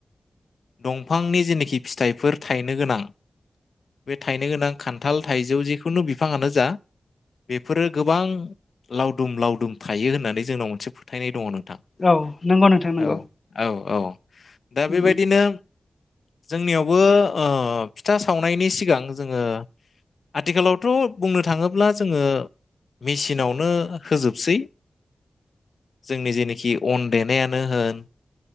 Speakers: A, on the left; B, on the left.
A: दंफांनि जेनाखि फिथाइफोर थाइनो गोनां बे थाइनो गोनां खान्थाल थाइजौ जिखुनु बिफाङानो जा बेफोरो गोबां लावदुम लावदुम थायो होननानै जोंनाव मोनसे फोथायनाय दङ नों थां
B: औ नंगौ नोंथां नंगौ
A: औ औ दा
B: उम
A: बेबायदिनो जोंनियाव ब ओ फिथा सावनायनि सिगां जोङो आथिखालावथ' बुंनो थाङोब्ला जोङो मेसिनावनो होजोबसै जोंनि जिनोखि अन देनायानो होन